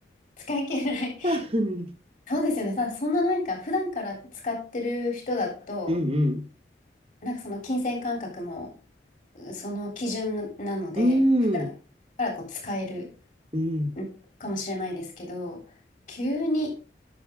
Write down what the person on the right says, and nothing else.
多分。
うんうん。
うん。
うん。